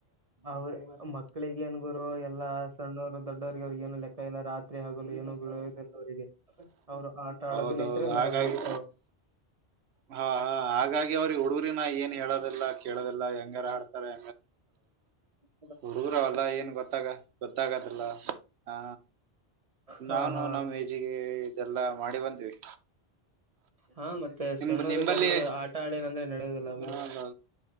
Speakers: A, on the right (about 35°); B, on the right (about 80°).
A: ಅವ್ರ ಮಕ್ಕಳಿಗೆ ಏನ್ ಗುರು ಎಲ್ಲಾ ಸಣ್ಣವರು ದೊಡ್ಡವ್ರಿಗೆ ಅವ್ರಿಗಏನು ಲೆಕ್ಕ ಇಲ್ಲ ರಾತ್ರಿ ರೆ ಆಗಲು <unintelligible> ಅವರಿಗೆ ಅವರು ಆಟ ಆಡೋಕ
B: ಹೌದೌದು
A: ನಿಂತರೆೆ ಮುಗದ್
B: ಹಾಗಾಗಿ
A: ಹೋಯ್ತು
B: ಹಾ ಹಾ ಹಾಗಾಗಿ ಅವ್ರಿಗೆ ಹುಡುಗರನ ಏನ್ ಹೇಳೋದಲ್ಲ ಕೇಳೋದಲ್ಲ ಹೆಂಗಾರ ಆಡ್ತಾರೆ
A: ಹ
B: ಹುಡುಗರವಲ್ಲ ಏನ್ ಗೊತ್ತಾಗ ಗೊತ್ತಾಗದಲ್ಲ ಹಾ
A: ಹಾ
B: ನಾವ
A: ಹಾ
B: ನಮ್ಮ್ ಏಜಿಗೆ ಇದೆಲ್ಲಾ ಮಾಡಿ ಬಂದೀವಿ.
A: ಹಾ ಮತ್ತೆ
B: ನಿಬ
A: ಸಣ್ಣವರಿದ್ದ
B: ನಿಂಬಲ್ಲಿ
A: ಹಿಡಿದು ಆಟ ಆಡಿಲ್ಲ ಅಂದ್ರೆ ನಡೆಯೋದಿಲ್ಲ ಅವರು
B: ಹೌದು